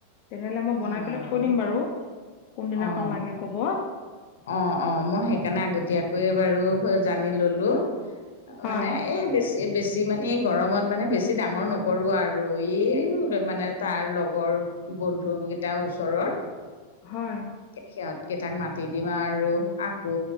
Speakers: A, on the left (about 40°); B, on the left (about 60°).
A: তেনেহলে মই বনাই
B: অ',
A: পেলাই থৈ দিম বাৰু। কোনদিনাখন
B: অ',
A: লাগে ক'ব
B: অ', অ', মই সেই- সেইকাৰণে আগতীয়াকৈ বাৰু জানি ললো,
A: হয়
B: মানে এই বেছি- এই বেছি মানে এই গৰমত মানে বেছি ডাঙৰ নকৰোঁ আৰু এই মানে- তাৰ লগৰ বন্ধুকেইটা ওচৰৰ।
A: হয়।
B: সিহঁত কেইটাক মাতি দিবা আৰু। আকৌ